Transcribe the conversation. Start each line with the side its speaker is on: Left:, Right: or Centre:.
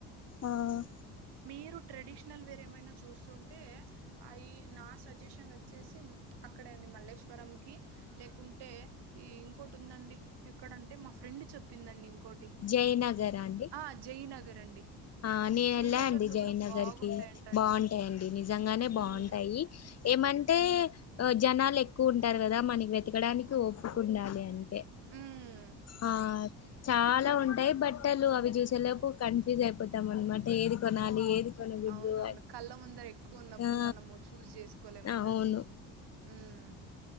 Left: ఆ
Right: మీరు ట్రెడిషనల్ వేరేమైన చూస్తుంటే అయి నా సజెషన్ వచ్చేసి అక్కడండి మల్లేశ్వరం కి లేకుంటే ఈ ఇంకోటి ఉందండి ఎక్కడంటే మా ఫ్రెండ్ చెప్పిందండి ఇంకోటి
Left: జయనగర్ అండి
Right: ఆ జయనగర్ అండి
Left: ఆ నేను
Right: జీనగర్
Left: వెళ్ళా అండి
Right: లో
Left: జయనగర్
Right: కూడా బాగుంటాయంటండి
Left: కి బాగుంటాయిండి నిజంగానే బాగుంటాయి
Right: ఉమ్
Left: ఏమంటే జనాలు ఎక్కువ ఉంటారు కదా మనకి వెతకడానికి ఓపిక ఉండాలి అ ఎ
Right: ఉమ్
Left: ఆ చాల ఉంటాయి బట్ బట్టలు అవి చూసేలోపు కన్ఫ్యూజ్ అయిపోతాం అనమాట ఏది కొనాలి ఏది కొనకూడదు
Right: అవునవును
Left: అని
Right: కళ్ళముందర ఎక్కువ ఉన్నప్పుడు
Left: ఆ
Right: మనము చూజ్ చేసుకోలేం కదండి
Left: అవును
Right: ఉమ్మ్